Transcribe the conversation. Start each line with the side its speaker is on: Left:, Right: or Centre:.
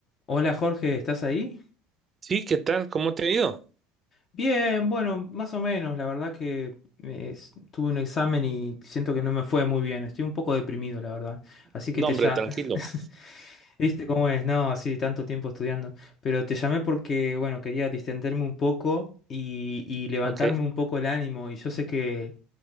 Left: Hola Jorge, ¿estás ahí?
Right: Sí, ¿qué tal? ¿Cómo te ha ido?
Left: Bien, bueno, más o menos. La verdad que eh, s- tuve un examen y siento que no me fue muy bien. Estoy un poco deprimido, la verdad. Así
Right: No,
Left: que te
Right: hombre,
Left: ya...
Right: tranquilo.
Left: <laughs> ¿Viste cómo es? No, así tanto tiempo estudiando. Pero te llamé porque, bueno, quería distenderme un poco y, y levantarme
Right: Ok,
Left: un poco el ánimo. Y yo sé que